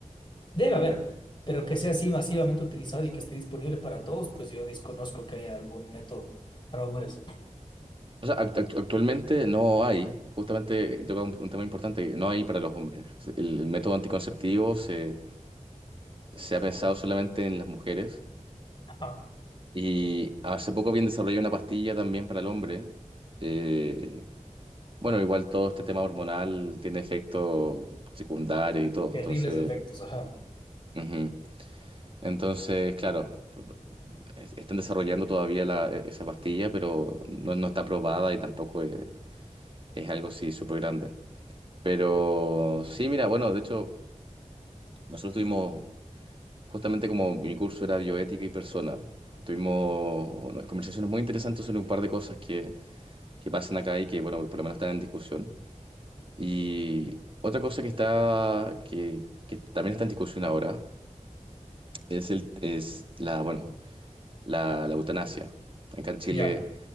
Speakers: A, on the left; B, on the right.
A: Debe haber, pero que sea así masivamente utilizado y que esté disponible para todos, pues yo desconozco que haya algún método para hombres.
B: O sea, act- act- actualmente no hay, justamente, y toca un, un tema importante, no hay para los hombres. El, el método anticonceptivo se, se ha pensado solamente en las mujeres
A: Ajá.
B: y hace poco habían desarrollado una pastilla también para el hombre. Eh, bueno, igual todo este tema hormonal tiene efectos secundarios y todo,
A: Terribles
B: entonces...
A: defectos, ajá.
B: Ujú. Entonces, claro, es- están desarrollando todavía la- e-, esa pastilla, pero no, no está aprobada y tampoco es, Es algo, sí, súper grande. Pero sí, mira, bueno, de hecho, nosotros tuvimos, justamente como mi curso era bioética y persona, tuvimos unas conversaciones muy interesantes sobre un par de cosas que, que pasan acá y que, bueno, por lo menos están en discusión. Y otra cosa que está, que, que también está en discusión ahora, es el, es la, bueno, la, la eutanasia. Acá en Chile
A: Ya,